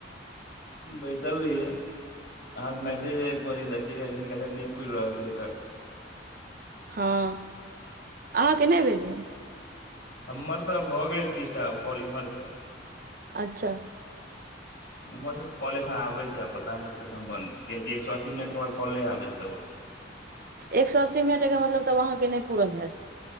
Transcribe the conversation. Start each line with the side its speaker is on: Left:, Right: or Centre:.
Left: बैसल रहिये अहाँके मैसेज ऐल कहलिये देखिय हीनका शायद नहि पूइर रहल छै तऽ
Right: हँ अहाँके नहि भेल।
Left: हमर तऽ भऽ गेल तीस टा आब कॉल इम्हर स।
Right: अच्छा।
Left: उम्हर से ते कॉल एखन आबै छै आ पता नै कखन बन्द कियाकि एक सौ अस्सी मिनट के बाद कॉल नै आबै छै ककरो।
Right: एक सौ अस्सी मिनट एकर मतलब तब अहाँकेँ नै पुरल हेत।